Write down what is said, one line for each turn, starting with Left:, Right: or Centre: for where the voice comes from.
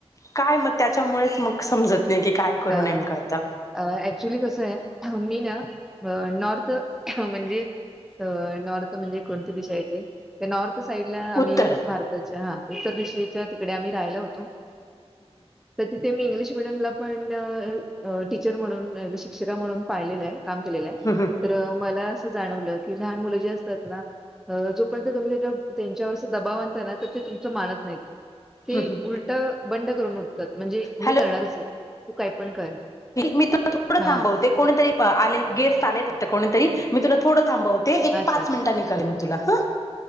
Left: काय मग त्याच्यामुळेचं मग समजत नाही की काय करू
Centre: अ
Left: नेमकं आता
Centre: ऍक्च्युली कसंय मी ना नॉर्थ म्हणजे नॉर्थ म्हणजे कोणती दिशा येते? ते नॉर्थ साईड ला आम्ही
Left: उत्तर
Centre: भारताच्या हा उत्तर दिशेच्या तिकडे आम्ही राहियला होतो तर तिथे मी इंग्लिश मिडियमला आपण टीचर म्हणून ज अ शिक्षिका म्हणून पाहिलेलं आहे. काम केलेलं आहे
Left: हम्म हम्म
Centre: तर मला असं जाणवलं की लहान मुलं जे असतात ना जोपर्यंत तुम्ही त्याच्या त्यांच्यावर दबाव आणताना तर ते तुमच मानत नाहीत. ते
Left: हम्म
Centre: उलट बंड करून उठतात म्हणजे मी
Left: हॅलो
Centre: करणारच नाही तू काय पण कर
Left: मी तु थोडं
Centre: हा
Left: थांबवते कोणीतरी गेस्ट आले कोणीतरी मी तुला थोडं थांबवते एक
Centre: अच्छा
Left: पाच
Centre: अच्छा
Left: मिनिटांनी करेल मी तुला हा